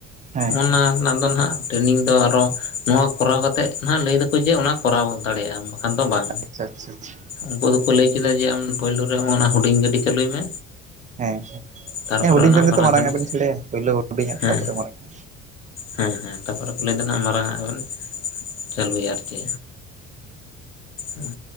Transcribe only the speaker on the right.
ᱦᱮᱸ
ᱦᱮᱸ
ᱟᱪᱪᱷᱟ ᱟᱪᱪᱷᱟ ᱪᱷᱟ᱾
ᱦᱮᱸ᱾
ᱦᱮᱸ ᱦᱩᱰᱤᱧ
ᱠᱷᱚᱱ ᱜᱮᱛᱚ ᱢᱟᱨᱟᱝ
ᱟᱜ ᱵᱮᱱ ᱥᱮᱬᱟᱭᱟ᱾ ᱯᱳᱭᱞᱳ ᱦᱩᱰᱤᱧᱟᱜ
ᱛᱟᱨᱯᱚᱨᱮ ᱢᱟᱨᱟᱝᱟᱜ᱾